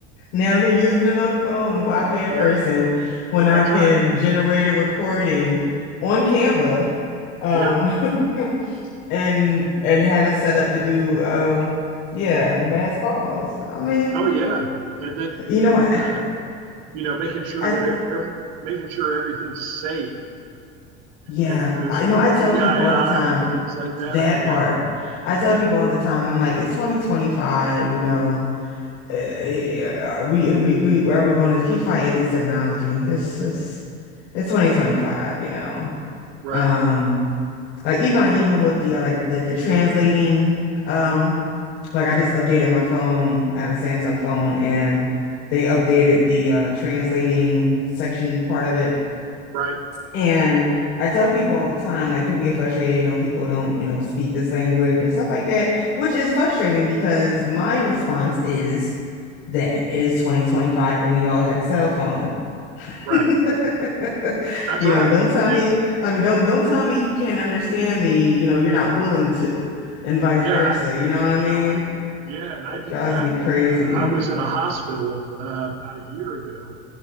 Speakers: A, on the left; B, on the right.
A: Now they're using it on the phone. Why pay a
B: Yeah.
A: person when I
B: That's
A: can
B: right.
A: generate a recording on Canva, um,
B: Yeah.
A: <laughs> and and have it set up to do um yeah mass calls i mean
B: Oh yeah. And then,
A: you
B: you
A: know
B: know,
A: what
B: the you know, making sure
A: i I
B: that every every making sure everything's safe
A: yeah
B: and that there's
A: i you know
B: no
A: i
B: PII
A: tell people all the time
B: and things like that.
A: that
B: Yeah.
A: part i tell
B: Yeah.
A: people all the time i'm like it's 2025 you know uh, are we, are we we are we going to keep fighting this technology this is it's 2025 you know
B: Right.
A: um like even like even with the uh, like the the translating um Like I just updated my phone. I have a Samsung phone and they updated the uh translating section part of it.
B: Right.
A: And I tell people all the time, like people get frustrated, you know, people don't, you know, speak this language and stuff like that, which is frustrating because my response is that it is 2025 and we all have a cell phone.
B: Right.
A: <laughs>
B: That's
A: You
B: right.
A: know, don't tell
B: And
A: me, I mean, don't don't tell me you can't understand me, you know, you're not willing to, and vice
B: yeah,
A: versa,
B: I
A: you know what I
B: you
A: mean?
B: know, I yeah, and I
A: That
B: did
A: drives
B: that
A: me crazy.
B: uh, I was at a hospital uh, about a year ago